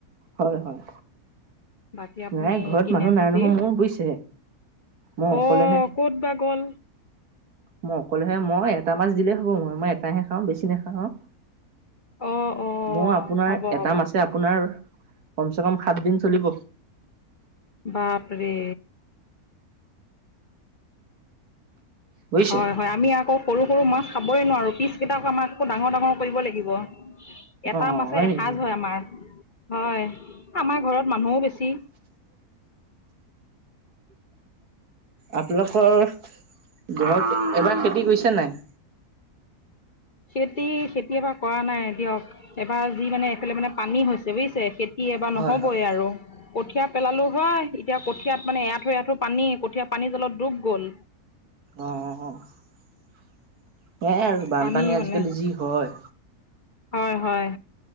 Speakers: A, on the right (about 80°); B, on the left (about 45°).
A: হয় হয়
B: বাকী আপুনি
A: নাই ঘৰত
B: কিনে
A: মানুহ নাই
B: যদি
A: নহয় মোৰ বুজিছে। মই
B: অ'
A: অকলেহে
B: ক'ত বা গ'ল
A: মই অকলেহে মই এটা মাছ দিলেই হ'ব মই এটাহে খাওঁ বেছি নাখাওঁ।
B: অ' অ'
A: মোৰ আপোনাৰ
B: হ'ব হ'ব
A: এটা মাছে আপোনাৰ কমচে কম সাত দিন চলিব।
B: বাপৰে
A: বুজিছে
B: হয় হয় আমি আকৌ সৰু সৰু মাছ খাবই নোৱাৰো পিছ কেইটাক আমাক আকৌ ডাঙৰ ডাঙৰ কৰিব লাগিব। এটা
A: অ
B: মাছে এসাঁজ
A: নেকি
B: হয় আমাৰ। হয় আমাৰ ঘৰত মানুহও বেছি।
A: আপোনালোকৰ ঘৰত এবাৰ খেতি কৰিছে নাই?
B: খেতি, খেতি এবাৰ কৰা নাই দিয়ক এবাৰ যি মানে এইফালে মানে পানী হৈছে বুজিছে। খেতি এবাৰ নহ'বই
A: হয় হয়
B: আৰু কঠীয়া পেলালোঁ হয় এতিয়া কঠীয়াত। মানে এ আঠু আঁঠু পানী কঠীয়াা পানী জলপ ডুব গ'ল।
A: অ সেইয়াই আৰু। বানপানী
B: পানী মানে
A: আজিকালি যি হয়।
B: হয় হয়।